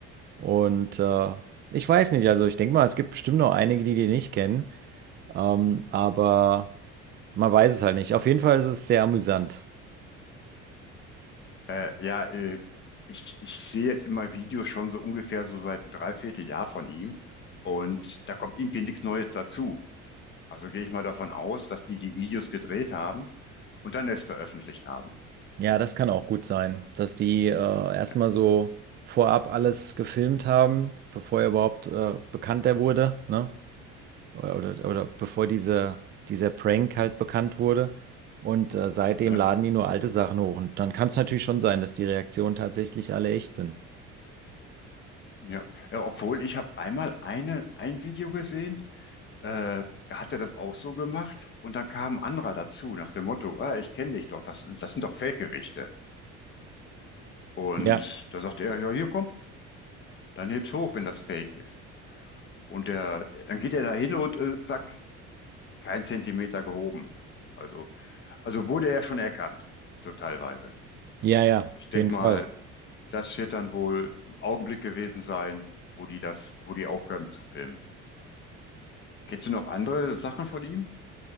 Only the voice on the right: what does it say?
Und äh, ich weiß nicht, also ich denke mal, es gibt bestimmt noch einige, die den nicht kennen. Ähm, aber man weiß es halt nicht. Auf jeden Fall ist es sehr amüsant.
Ja, das kann auch gut sein, dass die äh, erstmal
so vorab alles gefilmt haben, bevor er überhaupt äh, bekannt wurde, ne? Oder, oder, oder bevor diese, dieser Prank halt bekannt wurde. Und äh, seitdem
laden die nur alte Sachen hoch. Und dann kann es natürlich schon sein, dass die Reaktionen tatsächlich alle echt sind.
Ja,
ja, ja,
auf
jeden Fall.